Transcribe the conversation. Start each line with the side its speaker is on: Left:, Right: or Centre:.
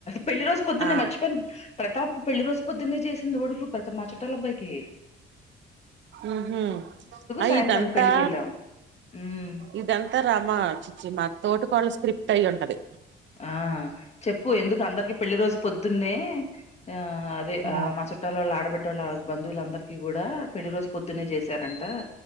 Left: పెళ్లి రోజు పొద్దున్నే
Right: ఆ
Left: మర్చిపోయను ప్రతాప్ పెళ్లి రోజు పొద్దున్నే చేసింది ఒడుగు ప్రత మా చుట్టాల అబ్బాయికి
Right: ఉహు అయిదంతా
Left: సాయంత్రానికి పెళ్ళికి వెళ్ళాం ఉమ్
Right: ఇదంతా రమ చిచ్చి మా తోటి కోడలు స్క్రిప్ట్ అయ్యి ఉంటది
Left: ఆ చెప్పు ఎందుకు అందరికి పెళ్లి రోజు పొద్దున్నే ఆ అదే
Right: ఉ
Left: ఆ మ చుట్టాల ఆడబడ్డ వాళ్ళ బంధువులందరికీ కూడా పెళ్లి రోజు పొద్దునే చేశారంట